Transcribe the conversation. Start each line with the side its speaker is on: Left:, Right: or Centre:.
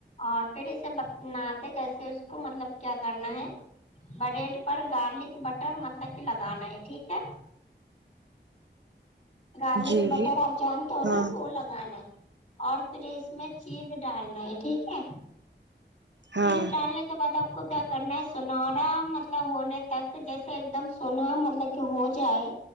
Left: اور پھر اسے بتناتے کیسے ہے اس کو مطلب کیا کرنا ہے بریڈ پر گارلک بٹر مطلب کہ لگانا ہے ٹھیک ہے گارلک
Right: جی
Left: بٹر
Right: جی
Left: آپ جانتے ہو
Right: ہاں
Left: نا وہ لگ گانا اور پھر اس میں چیز ڈالنا ہے ٹھیک ہے
Right: ہاں
Left: چیز ڈالنے بعد آپ کو کیا کرنا ہے سنہرا مطلب ہونے تک جیسے ایک دم سونا مطلب ہو جائے